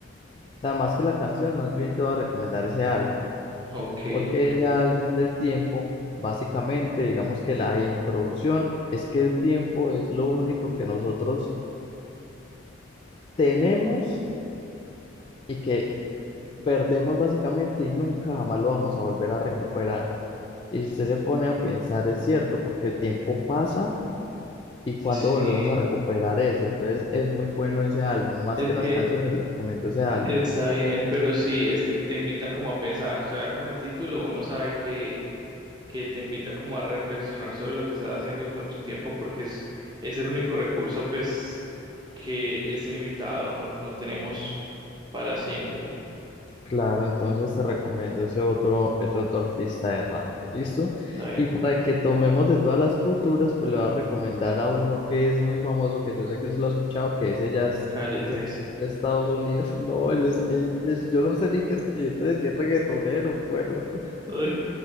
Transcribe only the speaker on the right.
Ok,
sí,
es
que
está bien, pero sí, es que te invita como a pensar, o sea, con el título uno sabe que, que te invita como a reflexionar sobre lo que estás haciendo con tu tiempo porque es, es el único recurso pues que es limitado, no, no tenemos para siempre.
Está bien,
calle
13.
Ok,